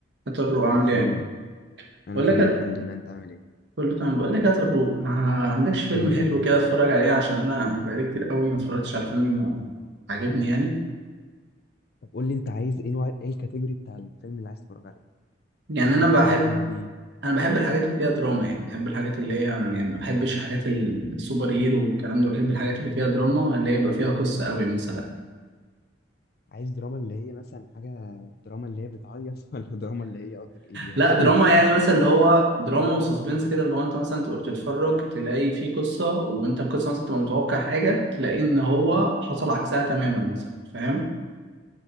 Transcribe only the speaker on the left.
هيسوم
انا
تمام
الحمد لله انت عامل ايه
قول لي
يا حبي
طب قول لي انت عايز ايه نوع ايه الكاتيجوري بتاع الفيلم اللي عايز تتفرج عليه
يعني
اكشن
كوميدي
عايز دراما اللي هي مثلا حاجه دراما اللي هي بتعيط <laughs> ولا دراما اللي هي قصدك ايه بيها
<laughs>